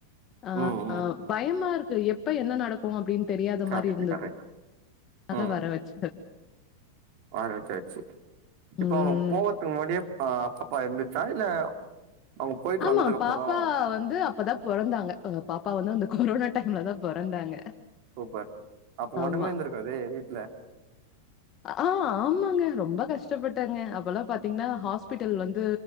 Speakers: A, on the left; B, on the right.
A: அ
B: ம் ம்
A: அ பயமா இருக்கு எப்ப என்ன நடக்கு அப்டின் தெரியாத
B: கரெக்ட்
A: மாரி இருந்தது
B: கரெக்ட்
A: தானா
B: ம்
A: வர வச்சு
B: வர வச்சாச்சு இப்ப
A: ம்
B: அவுங்க போவறதுக்கு முன்னாடியே அ பாப்பா இருந்துச்சா இல்ல அவங்க போயிட்டு
A: ஆமா
B: வந்ததுக்கு அப்புறமா
A: பாப்பா
B: தா
A: வந்து அப்பதா பொறந்தாங்க எங்க பாப்பா வந்து அந்த கொரோனா டைம்ல தா பொறந்தாங்க
B: சூப்பர் அப்ப ஒண்ணுமே
A: ஆமா
B: இருந்திருக்காதே வீட்ல
A: ஆ ஆமாங்க ரொம்ப கஷ்டப்பட்டேங்க அப்பலா பாத்தீங்ன்னா ஹாஸ்பிட்டல் வந்து